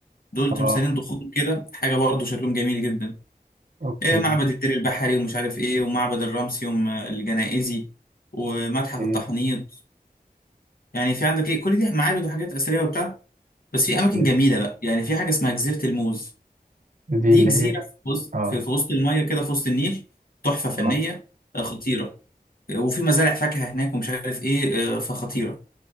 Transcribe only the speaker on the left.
دول
تمثالين ضخام كده حاجة برضو شكلهم جميل جدا
آه، معبد الدير البحري ومش عارف ايه ومعبد الرمسيوم آه، الجنائزي ومتحف
التحنيط يعني في عندك ايه كل دي معابد وحاجات أثرية وبتاع بس في أماكن
جميلة بقى يعني في حاجة اسمها جزيرة الموز
دي
جزيرة
في وسط
في في وسط المية كده في وسط النيل تحفة فنية
آه، خطيرة آه، وفي مزارع فاكهة هناك ومش عارف ايه آه، فخطيرة